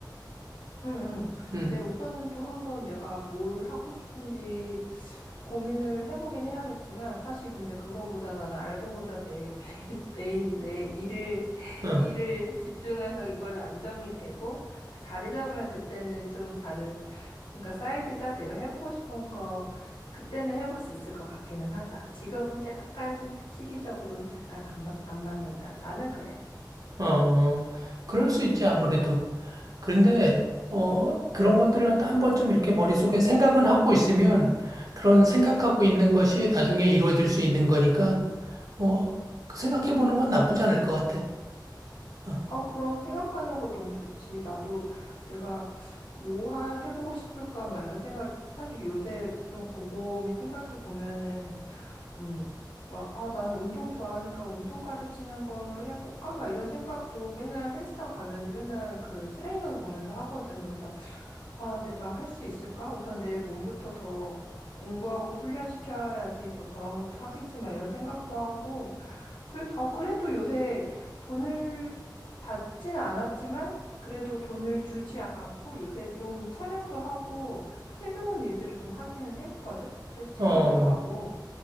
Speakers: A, on the left; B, on the right.
A: 응, 응.
B: 음,
A: 네, 우선은 좀 한번 내가 뭘 하고 싶은지 고민을 해보긴 해야겠지만 사실 근데 그거보다 나는 알바보다 내 메- <laughs> 메인 내 일을 <laughs>
B: 어,
A: 일을 집중해서 이거를 안정이 되고 그 자리 잡으면 그때는 좀 다른 그러니까 사이드 잡 내가 해보고 싶은 거 그때는 해볼 수 있을 것 같기는 하다. 지금은 약간 시기적으로는 약간 안, 맞- 안 맞는다. 나는 그래.
B: 어, 어. 그럴 수 있지, 아무래도. 그런데, 어, 그런 것들을 갖다 한 번쯤 이렇게 머릿속에 생각은 하고 있으면 그런 생각하고 있는 것이 나중에 이루어질 수 있는 거니까, 뭐, 그 생각해보는 건 나쁘지 않을 것 같아. 어,
A: 아, 그럼 생각하는 거 너무 좋지. 나도 내가 뭐 하- 해보고 싶을까, 막 이런 생각, 사실 요새 좀 곰곰이 생각해 보면은, 음, 막, 아, 나는 운동 좋아하니까 운동 가르치는 거를 해볼까, 막 이런 생각도 맨날 헬스장 가면 맨날 그 트레이너 보면서 하거든. 그러면서 아, 내가 할 수 있을까? 우선 내 몸부터 더 공부하고 훈련시켜야지 뭐 저런 것도 하겠지 막 이런 생각도 하고 그래, 어, 그래도 요새 돈을 받진 않았지만 그래도 돈을 주지 않고 요새 좀 촬영도 하고 새로운 일들을 좀 하기는 해봤거든? 근데 재밌더라고.
B: 어,